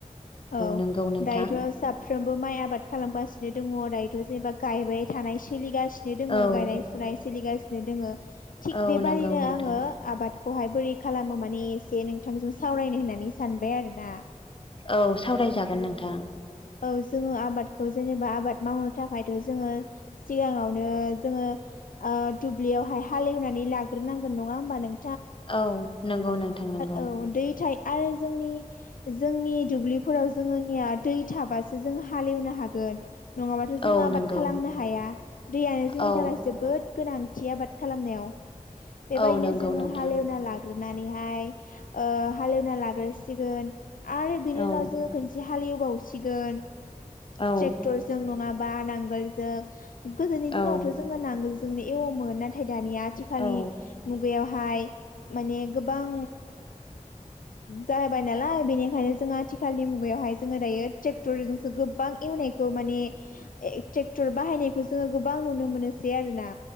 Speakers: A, on the left; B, on the left.
A: औ
B: नंगौ नोंथां
A: दायोथ' साब फ्रोमबो माइ आबाद खालामगासिनो दङ दायोथ' जेनेबा गायबाय थानाय सोलिगासि नो दोङो
B: औ
A: गायनाय फुनाय सोलिगासिनो दोङो थिग
B: औ
A: बेबादिनो
B: नंगौ नोंथां
A: आङो आबाद खौहाय बोरै खालामो मानि एसे नोंथांजों सावरायनो होननानै सानबाय आरो ना
B: औ सावरायजागोन नोंथां
A: औ जोङो आबादखौ जेनेबा आबाद मावनो थाखायथ' जोङो सिगाङावनो जोङो ओ दुब्लिआवहाय हालेवनानै लाग्रोनांगोन नङा होमबा नों
B: औ नोंगौ नोंथां नोंगौ
A: औ दै थायो आरो जों ओ‌ जोंनि दुब्लिफोराव जोंनिया दै थाबासो जों हालेव नो हागोन नंआबाथ' जोङो
B: औ
A: आबाद
B: नंगौ
A: खालामनो हाया दैआनो जोंनि
B: औ
A: थाखाय जोबोद गोनांथि आबाद खालामनायाव बेबायनो
B: औ नंगौ
A: जोङो
B: नोंथां
A: हालेवना लाग्रोनानैहाय ओ‌ हालेवना लाग्रसिगोन आरो बिनि उनाव
B: औ
A: जोङो खोनसे हालिवबावसिगोन
B: औ
A: ट्रेक्टरजों नङाबा नांगोलजों गोदोनि दिनावथ'
B: औ
A: जोङो नांगोल जोंनो एवोमोन नाथाय दानिया आथिखालनि
B: औ
A: हो मुगाआव बेहाय माने गोबां जाबाय नालाय बेनिखायनो जों आथिखालनि मुगाआवहाय जोङो दायो ट्रेक्टरजोंसो गोबां नायखौ माने ट्रेक्टर बाहायनायखौ जोङो गोबां नुनो मोनोसै आरो ना